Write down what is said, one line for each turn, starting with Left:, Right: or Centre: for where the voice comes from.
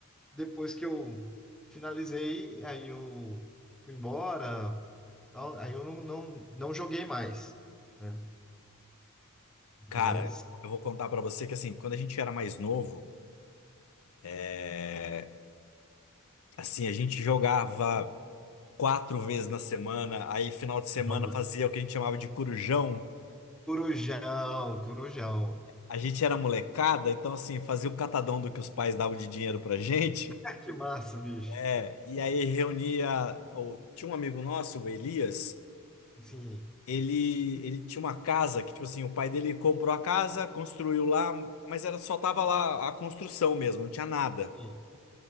Centre: depois que eu finalizei, aí eu fui embora, tal, aí eu não, não, não joguei mais, né?
Left: Cara,
Centre: Mas
Left: eu vou contar pra você que assim, quando a gente era mais novo, é, assim, a gente jogava quatro vezes na semana, aí final de semana
Centre: caramba,
Left: fazia o que a gente chamava de corujão.
Centre: Corujão, Corujão.
Left: A gente era molecada, então assim, fazia um catadão do que os pais davam de dinheiro pra gente.
Centre: <laughs> Que massa, bicho.
Left: É, e aí reunia. o- Tinha um amigo nosso, o Elias.
Centre: Sim,
Left: Ele, ele tinha uma casa que, tipo assim, o pai dele comprou a casa, construiu lá, mas era só tava lá a construção mesmo, não tinha nada.
Centre: sim.